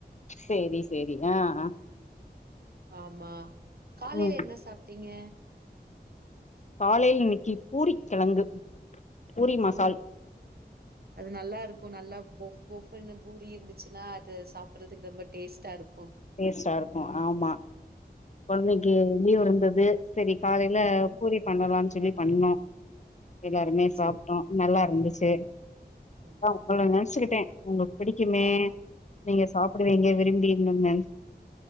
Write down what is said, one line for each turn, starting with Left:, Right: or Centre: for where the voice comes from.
Left: சேரி சேரி அ அ
Right: ஆமா காலையில
Left: ம்
Right: என்ன சாப்ட்டீங்க
Left: காலையில இனைக்கி பூரி கெழங்கு பூரி மசால்
Right: ஓ அது நல்லா இருக்குகு நல்லா பொஃப் பொஃப்ன்னு பூரி இருந்துச்சுன்னா அது சாப்பட்றதுக்கு ரொம்ப டேஸ்ட்டா இருக்கு
Left: டேஸ்டா இருக்கு ஆமா கொழந்தைக்கு லீவு இருந்தது சேரி காலைல
Right: ஆ
Left: பூரி பண்ணலான்னு சொல்லி பண்ணோ எல்லாருமே
Right: சேரி
Left: சாப்ட்டோ நல்லா இருந்துச்சு
Right: ஓகே
Left: அப்ப உங்கள
Right: ஓகே
Left: நெனச்சுக்கிட்ட உங்களுக்கு பிடிக்குமே
Right: ஆ
Left: நீங்க சாப்ப டுவீங்க விரும்பி இன்னன்னு